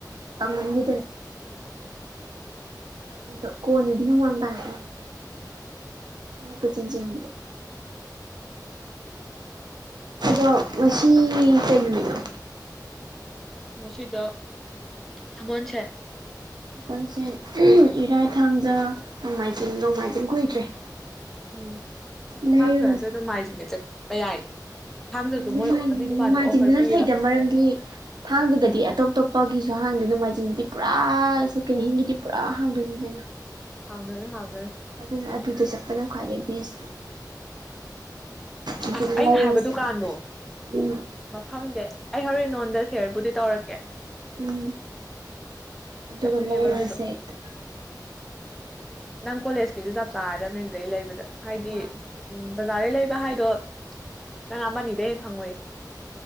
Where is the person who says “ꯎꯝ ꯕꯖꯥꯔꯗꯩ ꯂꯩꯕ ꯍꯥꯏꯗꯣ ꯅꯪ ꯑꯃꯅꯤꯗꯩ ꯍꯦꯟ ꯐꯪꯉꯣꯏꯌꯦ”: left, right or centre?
Centre